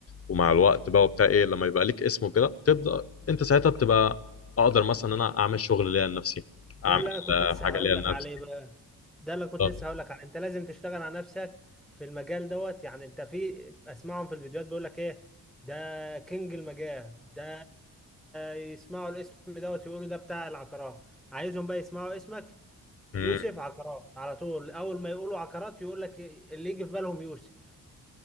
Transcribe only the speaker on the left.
ومع الوقت بقى وبتاع ايه لما يبقى ليك اسمه كده تبدا انت ساعتها بتبقى اقدر مثلا ان انا اعمل شغل ليا لنفسي
اعمل
آه،
حاجه
ليا
لنفسي
بالظبط
مم.